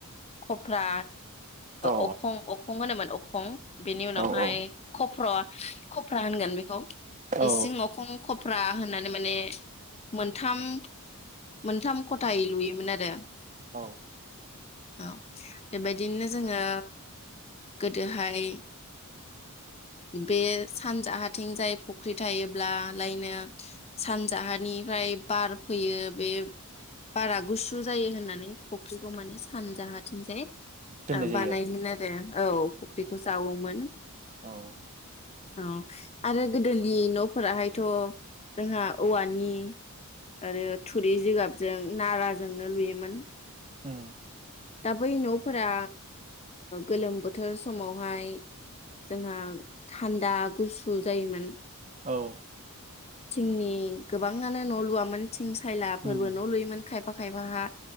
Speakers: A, on the left (about 30°); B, on the right (about 35°).
A: खफ्रा
B: औ
A: अखं अखं होनोमोन अखं बेनि उनावहाय
B: औ
A: खफ्र खफ्रा होनगोन बेखौ
B: औ
A: इसिं अखं खफ्रा होननानै माने मोनथाम मोनथाम खथायै लुयोमोन आरो
B: औ
A: औ बेबायदिनो जोङो गोदोहाय बे सानजाहाथिंजाय फुख्रि थायोब्ला लायनो सानजाहानिफ्राय बार फैयो बे बारा गुसु जायो होननानै फुख्रिखौ माने सानजाहाथिंजाय
B: दोननाय जायो
A: बानायोमोन आरो औ फुख्रिखौ जावोमोन
B: औ
A: औ आरो गोदोनि न'फोराहायथ' जोंहा औवानि आरो थुरि जिगाबजों नाराजोंनो लुयोमोन
B: हो
A: दा बै न'फोरा गोलोम बोथोर समावहाय जोंहा थान्दा गुसु जायोमोन
B: औ
A: जोंनि गोबाङानो न' लुवामोन थिं सायलाफोरबो
B: उम
A: न' लुयोमोन खायफा खायफा बहा